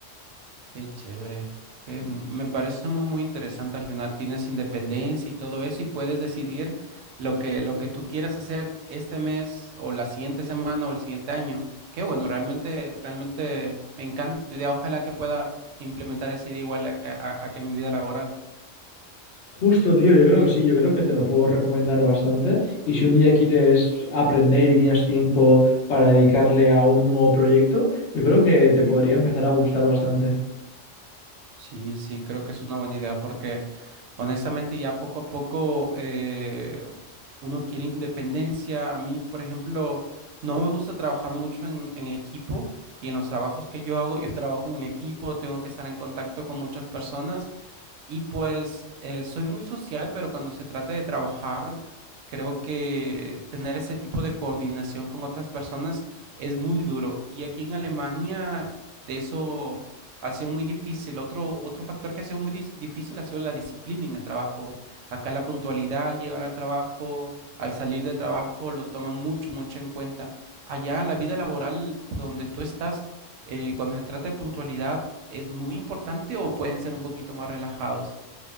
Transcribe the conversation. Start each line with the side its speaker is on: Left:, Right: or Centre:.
Right: Qué chévere. Que m- me parece muy, muy interesante. Al final tienes independencia y todo eso y puedes decidir lo que, lo que tú quieras hacer este mes o la siguiente semana o el siguiente año. Qué bueno, realmente, realmente me encanta tu idea. Ojalá que pueda implementar esa idea igual a, a a- a que mi vida laboral.
Left: Justo, tío, yo creo que sí, yo creo que te lo puedo recomendar bastante. Y si un día quieres aprender y tienes tiempo para dedicarle a un nuevo proyecto, yo creo que te podría empezar a gustar bastante.
Right: Sí, sí, creo que es una buena idea porque honestamente ya poco a poco eh, uno quiere independencia. A mí, por ejemplo, no me gusta trabajar mucho en, en equipo y en los trabajos que yo hago, <laughs> yo trabajo en equipo, tengo que estar en contacto con muchas personas y pues eh, soy muy social, pero cuando se trata de trabajar, creo que tener ese tipo de coordinación con otras personas es muy duro. Y aquí en Alemania de eso ha sido muy difícil. Otro, otro factor que ha sido muy dis- difícil ha sido la disciplina en el trabajo. Acá la puntualidad al llegar al trabajo, al salir de trabajo, lo toman mucho, mucho en cuenta. Allá la vida laboral por donde tú estás, eh, cuando se trata de puntualidad, es muy importante o pueden ser un poquito más relajados?